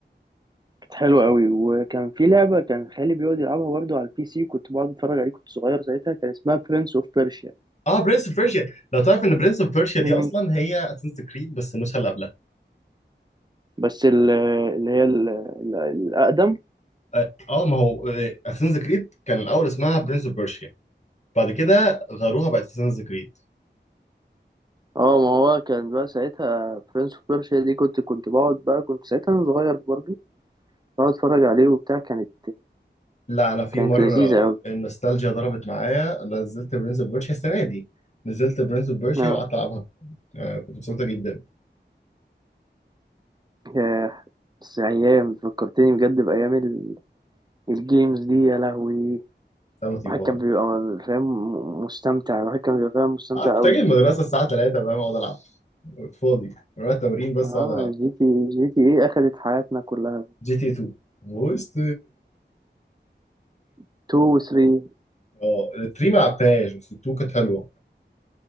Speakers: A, on the right; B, on the left.
A: كانت حلوه قوي وكان في لعبه كان خالي بيقعد يلعبها برضه على البي سي وكنت بقعد اتفرج عليه كنت صغير ساعتها كان اسمها برنس اوف بيرشيا
B: اه برنس اوف بيرشيا لو تعرف ان برنس اوف بيرشيا
A: مم.
B: دي اصلا هي اساسنز كريد بس النسخه اللي قبلها
A: بس ال- اللي هي ال... ال- الاقدم
B: اه آه، ما هو اساسنز كريد كان الاول اسمها برنس اوف بيرشيا بعد كده غيروها بقت اساسنز كريد
A: اه ما هو كان بقى ساعتها برنس اوف بيرشيا دي كنت كنت بقعد بقى كنت ساعتها انا صغير برضو بقعد اتفرج عليه وبتاع كانت
B: لا انا في
A: كانت
B: مره
A: لذيذة أوي
B: النوستالجيا ضربت معايا نزلت برنس اوف بيرشيا السنه دي نزلت برنس اوف بيرشيا
A: آه،
B: وقعدت العبها آه كنت مبسوطه جدا
A: ياه، بس أيام فكرتني بجد بأيام ال- الجيمز دي يا لهوي
B: كان لطيف
A: الواحد
B: والله
A: كان بيبقى فاهم مستمتع الواحد كان بيبقى فاهم مستمتع
B: اه كنت
A: أوي
B: اجي من المدرسه الساعه 3 فاهم اقعد العب كنت فاضي اروح التمرين بس
A: اه
B: اقعد العب
A: جي تي جي تي ايه أخدت حياتنا كلها
B: جي تي 2 وست
A: 2 و 3
B: اه 3 ما لعبتهاش بس 2 كانت حلوه